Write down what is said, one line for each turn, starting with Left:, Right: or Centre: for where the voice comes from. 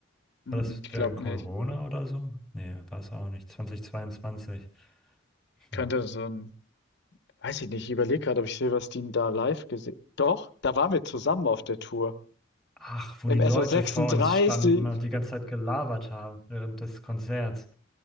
Left: mm
Centre: War das
Left: ich
Centre: während
Left: glaube
Centre: Corona
Left: nicht.
Centre: oder so? Nee, war es auch nicht. 2022. Hm.
Left: Könnte so ein, weiß ich nicht, ich überlege gerade, ob ich Silverstein da live gesehen. doch, da waren wir zusammen auf der Tour
Centre: Ach, wo
Left: im
Centre: die Leute
Left: SO36.
Centre: vor uns standen und die ganze Zeit gelabert haben während des Konzerts.